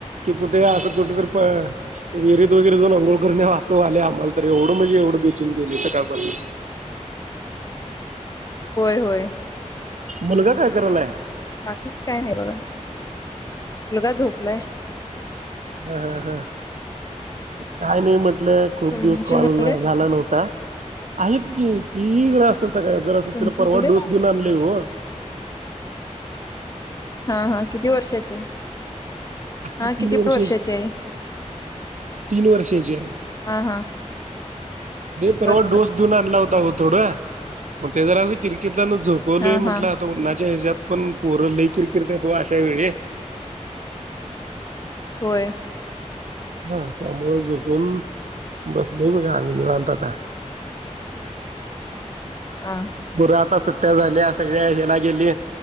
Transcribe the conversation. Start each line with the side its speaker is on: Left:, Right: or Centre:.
Right: कि कुठे असं कुठेरी विहिरीत वगैरे जाऊन अंघोळ करून यावं असं व्हायलेय आम्हाला तर एवढं म्हणजे एवढं बेचन केले सकाळ पाासून.
Left: होय होय
Right: मुलगा काय करायलाय
Left: बाकी काय नाही बघा मुलगा झोपलाय
Right: हा हा हा काही नाही म्हन खूप
Left: तुमची
Right: दिवस कॉल
Left: मुले
Right: झाला नव्हता आहेत की <inaudible> सकाळ जरा असं
Left: तुमची
Right: तिला परवा
Left: मुले
Right: डोस देऊन आणलंय ओ
Left: हा हा किती वर्षाचे
Right: आता
Left: हा किती वर्षाचे
Right: तीन
Left: आहे
Right: वर्षाची आहे
Left: हा हा
Right: ते परवा
Left: बरोबर
Right: डोस देऊन आणला होता हो थोड ते जरा किरकट झोपवली
Left: हा
Right: म्हट
Left: हा
Right: आता उन्नाच्या पण पोर लय किरकिरत्यात ओ अशा वेळी
Left: होय
Right: हा त्यामुळे झोपून बसले बघा आम्ही निवांत आता
Left: हा
Right: पोरं आता सुट्ट्या झाल्या सगळ्या ह्याला गेली